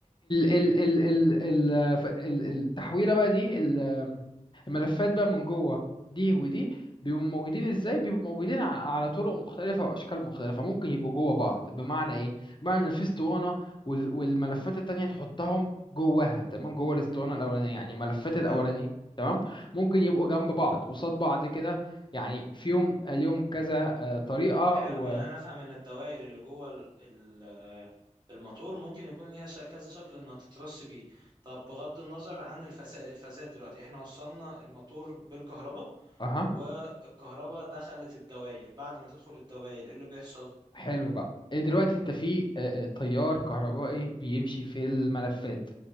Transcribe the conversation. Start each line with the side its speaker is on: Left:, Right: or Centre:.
Left: ال ال ف- ال- التحويلة بقى دي ال- الملفات بقى من جوه دي ودي بيبقوا موجودين ازاي بيبقوا موجودين ع- على طرق مختلفة واشكال مختلفة ممكن يبقوا جوه بعض بمعنى ايه بمعنى ان في اسطوانة وال- والملفات التانية تحطهم جواها تمام جوه الاسطوانة الاولانية يعني الملفات الاولانية
Right: حلو
Left: تمام ممكن يبقوا جنب بعض قصاد بعض كده يعني فيهم ليهم كذا آه، طريقة
Right: حلو
Left: و
Right: يعني انا افهم ان الدوائر اللي جوه ال- ال- الموتور ممكن يكون ليها ش- كذا شكل انها تترص بيه طب بغض النظر عن الفساد الفساد دلوقتي احنا وصلنا الموتور بالكهرباء
Left: اها
Right: والكهرباء دخلت الدوائر بعد ما تدخل الدوائر ايه اللي بيحصل
Left: حلو بقى إيه دلوقتي انت في آه، آه، تيار كهربائي بيمشي في الملفات